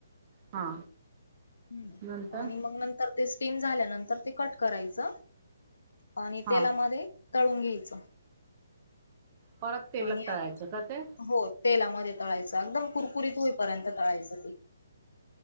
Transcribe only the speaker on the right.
हा
नंतर
हा
परत तेलत
तळायचं का ते,